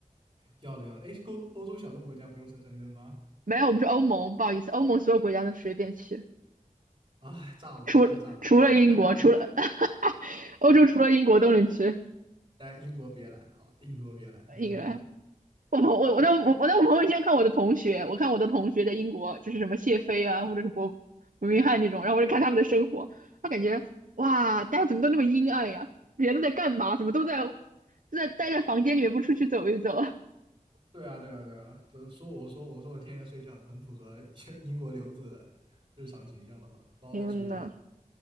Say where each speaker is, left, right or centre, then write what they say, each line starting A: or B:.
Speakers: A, on the right (about 35°); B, on the right (about 70°).
A: 要的要的，哎，欧欧洲小众国家不用生生根吗？
B: 没有，我们是欧盟，不好意思，欧盟所有国家都随便去，
A: 哎，炸了又炸了，
B: 除了除了英国，
A: 但是
B: 除了 <laughs> 欧洲，除了英国都能去。
A: 来英国别来，好吧，英国别来，没什么好玩的。
B: 英格兰我朋我我在我我在我朋友圈看我的同学，我看我的同学在英国，就是什么谢菲啊，或者是伯伯明翰这种，然后我就看他们的生活，他感觉哇，大家怎么都那么阴暗呀？人都在干嘛？怎么都在都在待在房间里面不出去走一走？
A: 对啊，对啊，对啊，这说我说我说我天天睡觉，很符合 <laughs> 英国留子的日常形象了吧？包在睡觉，
B: 天呐！